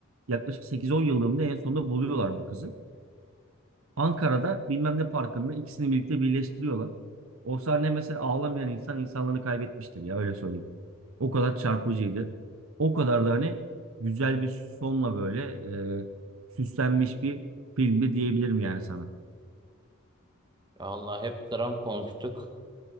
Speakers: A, on the right; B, on the right.
A: Yaklaşık 8-10 yıllığında en sonunda buluyorlar bu kızı. Ankara'da bilmem ne parkında ikisini birlikte birleştiriyorlar. O sahne mesela ağlamayan insan insanlığını kaybetmiştir ya öyle söyleyeyim. O kadar çarpıcıydı. O kadar da hani güzel bir sonla böyle e, süslenmiş bir filmdi diyebilirim yani sana.
B: vallahi hep dram konuştuk.